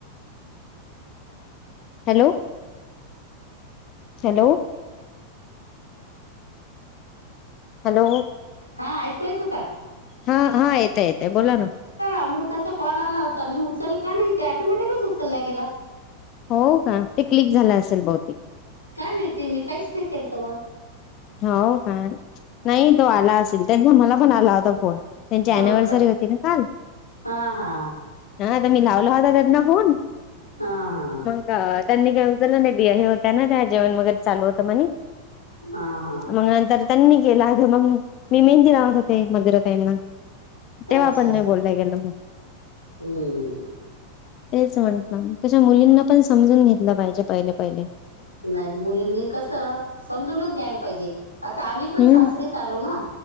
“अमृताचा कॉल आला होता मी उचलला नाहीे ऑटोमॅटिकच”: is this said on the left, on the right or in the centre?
Left